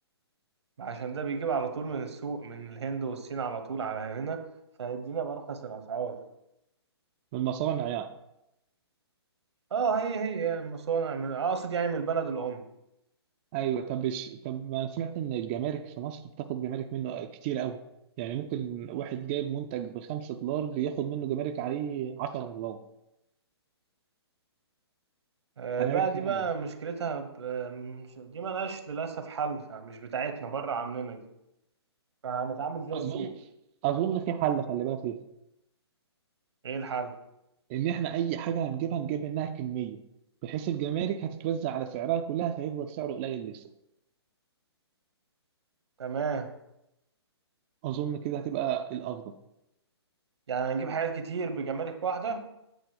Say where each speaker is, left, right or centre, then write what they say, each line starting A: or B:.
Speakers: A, on the right; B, on the right.
A: عشان ده بيجيب على طول من السوق من الهند والصين على طول على هنا فهيدينا بأرخص الأسعار
B: من المصانع يعني
A: اه هي هي يعني مصانع من أقصد يعني من البلد الأم
B: ايوه طب ش... طب انا سمعت ان الجمارك في مصر بتاخد جمارك منه كتير قوي يعني ممكن واحد جايب منتج بخمسة دولار بياخد منه جمارك عليه 10 دولار
A: آه
B: هنعمل
A: بقى
B: فيها
A: دي بقى
B: ايه؟
A: مشكلتها ب... آه، مش... دي ملهاش للأسف حل فمش بتاعتنا بره عننا دي فهنتعامل زي
B: اظن
A: السوق
B: اظن في حل خلي بالك
A: ايه الحل
B: ان احنا اي حاجه هنجيبها نجيب منها كميه بحيث الجمارك هتتوزع على سعرها كلها فهيفضل سعره قليل لسه
A: تمام
B: اظن كده هتبقى الافضل
A: يعني هنجيب حاجات كتير بجمارك واحدة